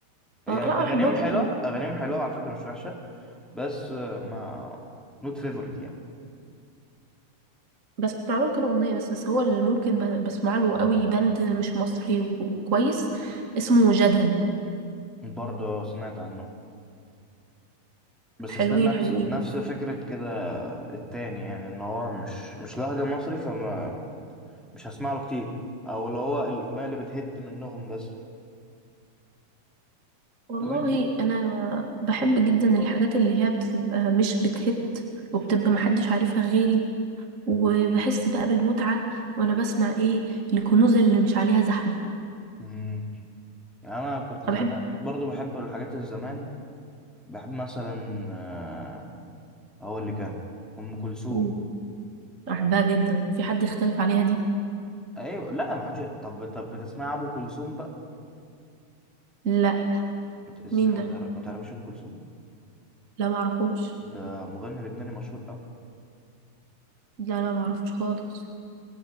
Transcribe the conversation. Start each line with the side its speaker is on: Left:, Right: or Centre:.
Centre: يعني
Right: آه لا ما
Centre: اغانيهم
Right: بحبهمش
Centre: حلوه
Right: دول.
Centre: اغانيهم حلوه على فكره مش وحشه بس آه، ما نوت فيفورت يعني
Right: بسمع لهم كام أغنية بس بس هو اللي ممكن ب- بسمع له قوي باند مش مصري وكويس اسمه جدل
Centre: برضه سمعت عنه بس
Right: حلوين
Centre: استنى نفس
Right: حلوين
Centre: نفس فكرة كده التاني يعني ان هو مش مش لهجة مصري فما مش هسمع له كتير او اللي هو الاغنية اللي بتهت منهم بس
Right: والله
Centre: طب انت ايه
Right: أنا بحب جدا الحاجات اللي هي بتبقى مش بتهت وبتبقى محدش عارفها غيري وبحس بقى بالمتعة وانا بسمع ايه الكنوز اللي مش عليها زحمة
Centre: امم يعني انا كنت زمان
Right: انا بحب
Centre: برضو بحب الحاجات الزمان بحب مثلا آه، هقول اللي كان ام كلثوم
Right: مم.
Centre: يعني
Right: بحبها جدا في حد يختلف عليها دي
Centre: ايوه لا ما حدش طب طب بتسمع ابو كلثوم بقى
Right: لا
Centre: مت- ازاي
Right: مين
Centre: ما
Right: ده
Centre: تعرف- ما تعرفش ابو كلثوم
Right: لا معرفوش
Centre: ده مغني لبناني مشهور
Right: لا لا معرفوش خالص